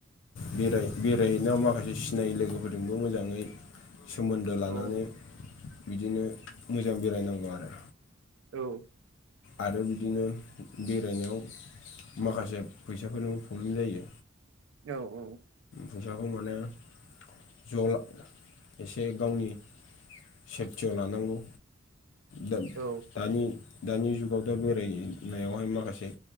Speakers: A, on the left (about 65°); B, on the right (about 70°).
A: बेराय बेरायहैनायाव माखासे सिनायि लोगोफोरजोंबो मोजा ङै सोमोन्दो लानानै
B: औ
A: बिदिनो मोजां बेरायनांगौ आरो।
B: औ।
A: आरो बिदिनो बेरायनायाव माखासे फैसाफोरनिबो प्रब्लेम जायो।
B: औ औ।
A: फैसाखौ माने ज' ला एसे गावनि सेफटियाव लानांगौ। दा
B: औ
A: दानि दानि जुगाव दा बेरायनायावहाय माखासे